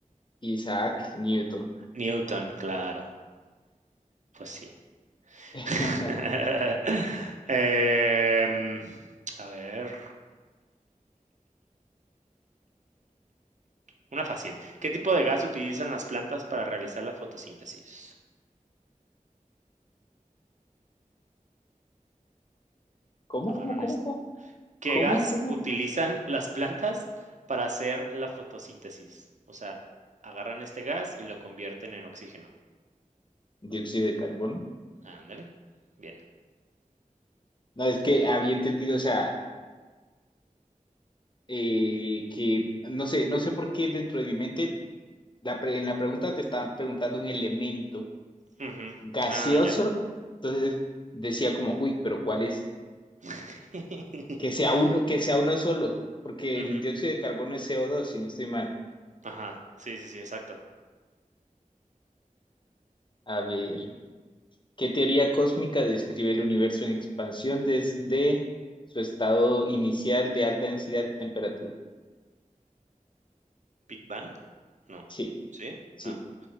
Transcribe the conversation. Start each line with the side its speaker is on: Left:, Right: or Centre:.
Left: Isaac Newton.
Right: Newton, claro. Pues sí.
Left: <laughs>
Right: <laughs> Em, a ver, una fácil. ¿Qué tipo de gas utilizan las plantas para realizar la fotosíntesis?
Left: ¿Cómo,
Right: Agarran
Left: cómo, cómo,
Right: es-
Left: cómo,
Right: ¿Qué
Left: cómo,
Right: gas
Left: cómo?
Right: utilizan <laughs> las plantas para hacer la fotosíntesis? O sea, agarran este gas y lo convierten en oxígeno.
Left: Dióxido de carbono.
Right: Ándale. Bien.
Left: No, es que había entendido, o sea, eh, que no sé, no sé por qué dentro de mi mente, la pre- en la pregunta te estaban preguntando un elemento
Right: Ujú.
Left: gaseoso,
Right: Ah, ya.
Left: entonces decía como, uy, pero ¿cuál es?
Right: <laughs>
Left: Que sea uno, que sea uno solo, porque
Right: Ujú.
Left: el dióxido de carbono es co dos si no estoy mal.
Right: Ajá. Sí, sí, sí, exacto.
Left: A ver. ¿Qué teoría cósmica describe el universo en expansión desde su estado inicial de alta densidad y temperatura?
Right: ¿Big Bang? No,
Left: Sí,
Right: ¿sí?
Left: sí.
Right: Ah.